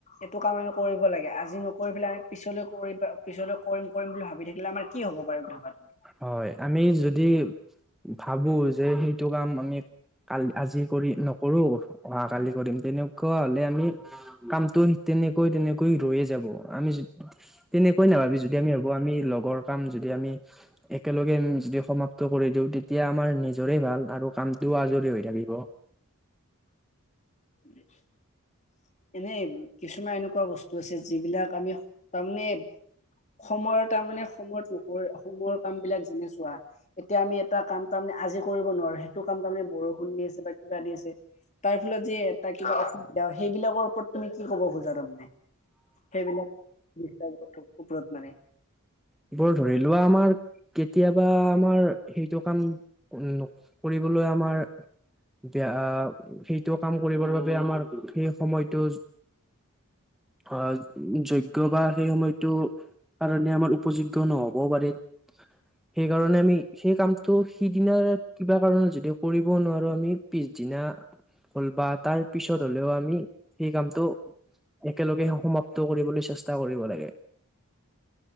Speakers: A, on the left (about 30°); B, in the centre.
A: এইটো কাম আমি কৰিব লাগে। আজি নকৰি পেলাই আমি পিছলৈ কৰিম বা পিছলৈ কৰিম কৰিম বুলি ভাবি থাকিলে আমাৰ কি হ'ব বাৰু ভাবা তুমি
B: হয়, আমি যদি ভাবো যে সেইটো কাম আমি কালি আজি কৰি নকৰো, অহা কালি কৰিম, তেনেকুৱা হলে আমি কামটো তেনেকৈ তেনেকৈ ৰৈয়ে যাব। আমি যদি তেনেকৈ নাভাবি যদি আমি ভাবো আমি লগৰ কাম যদি আমি একেলগে যদি সমাপ্ত কৰি দিওঁ, তেতিয়া আমাৰ নিজৰে ভাল আৰু কামটোও আজৰি হৈ থাকিব।
A: <inaudible> <unintelligible> এনেই কিছুমান এনেকুৱা বস্তু আছে যিবিলাক আমি তাৰমানে সময়ৰ তাৰমানে সময়ত নকৰি সময়ৰ কাম বিলাক যেনে চোৱা এতিয়া আমি এটা কাম তাৰমানে আজি কৰিব নোৱাৰো, সেইটো কাম তাৰমানে বৰষুণ দি আছে বা কিবা দি আছে তাৰ ফলত যে এটা কিবা অসুবিধা সেইবিলাকৰ ওপৰত তুমি কি ক'ব খোজা তাৰমানে? সেইবিলাক ওপৰত মানে
B: এইবোৰ ধৰি লোৱা আমাৰ কেতিয়াবা আমাৰ সেইটো কাম ন কৰিবলৈ আমাৰ বেয়া সেইটো কাম কৰিবৰ বাবে আমাৰ সেই সময়টো অ যোগ্য বা সেই সময়তটো কাৰণে আমাৰ উপযোগ্য নহব পাৰে। সেইকাৰণে আমি সেই কামটো সিদিনাৰ কিবা কাৰনে যদিও কৰিব নোৱাৰো আমি পিছদিনা হ'ল বা তাৰ পিছত হ'লেও আমি, সেই কামটো একেলগে সমাপ্ত কৰিবলৈ চেষ্টা কৰিব লাগে।